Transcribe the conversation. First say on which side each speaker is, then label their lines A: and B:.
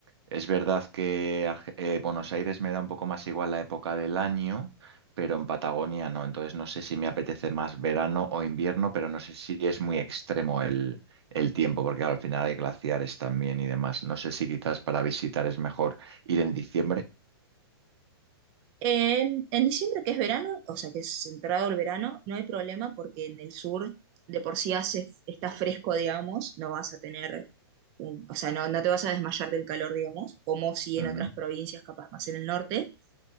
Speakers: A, on the right (about 85°); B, on the right (about 30°).
A: es verdad que Arge- eh, Buenos Aires me da un poco más igual la época del año, pero en Patagonia no. Entonces no sé si me apetece más verano o invierno, pero no sé si es muy extremo el, el tiempo, porque claro, al final hay glaciares también y demás. No sé si quizás para visitar es mejor ir en diciembre.
B: En, en diciembre, que es verano, o sea que es entrado el verano, no hay problema porque en el sur de por sí hace, está fresco, digamos, no vas a tener, un- o sea, no, no te vas a desmayar del calor, digamos, como si
A: Ujú,
B: en otras provincias, capaz más en el norte,